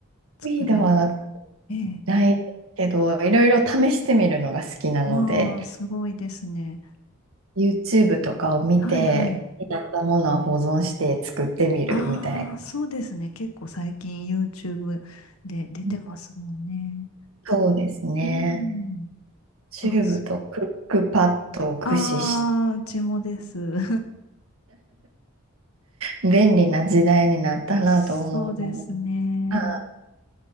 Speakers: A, on the left (about 85°); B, on the right (about 75°).
A: 作られて。
B: 意ではなく
A: ええ。
B: ないけど、いろいろ試してみるのが好きなので、
A: まあ、すごいですね。
B: YouTube とかを見て、
A: はいはい。
B: やったものを保存して作ってみるみたい
A: ああ、そうですね。結構最近 YouTube で出てますもんね。
B: な。そうですね。
A: うん。
B: チューブとクックパッドを駆使し、
A: あ、そあー、うちもです。
B: 便利な時代になったなと思う。
A: <laughs> そうですね。
B: あ